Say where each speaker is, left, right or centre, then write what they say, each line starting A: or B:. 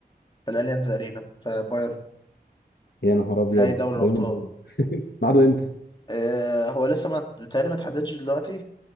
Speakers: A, on the left; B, on the left.
A: في الاليانز ارينا في بايرن
B: يا نهار ابيض
A: نهائي دوري
B: ده
A: الابطال
B: يوم المهم <laughs> ميعاده امتى؟
A: آه، هو لسه ما بيتهيألي ما اتحددش دلوقتي